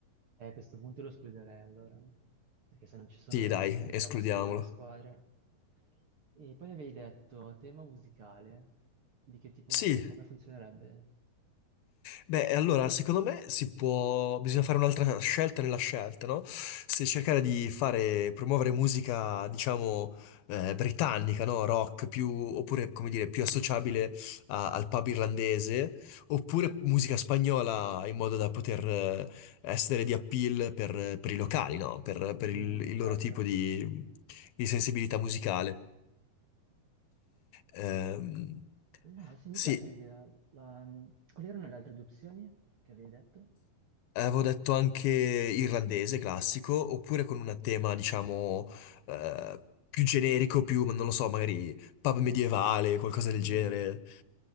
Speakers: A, on the right (about 45°); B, on the left (about 80°).
A: a questo punto lo escluderei allora, perché se non ci sono
B: Sì
A: le-
B: dai,
A: se non
B: escludiamolo.
A: c'è la passione per le squadre. E poi avevi detto tema musicale, di che tipo,
B: Sì.
A: cioè come funzionerebbe?
B: Beh, e allora, secondo me si può, bisogna fare un'altra scelta nella scelta, no? Se cercare di fare, promuovere musica, diciamo, eh, britannica, no? Rock, più, oppure, come dire, più associabile a- al pub irlandese, oppure musica spagnola in modo da poter eh, essere di appeal per, per i locali, no? Per, per il,
A: Mhm,
B: il
A: certo.
B: loro tipo di, di sensibilità musicale. Ehm,
A: No, sì, mi
B: sì.
A: piace l'idea. La- Quali erano le altre due opzioni che avevi detto?
B: Avevo detto anche irlandese classico, oppure con un tema, diciamo, eh, più generico, più, non lo so, magari pub medievale, qualcosa del
A: Mm,
B: genere.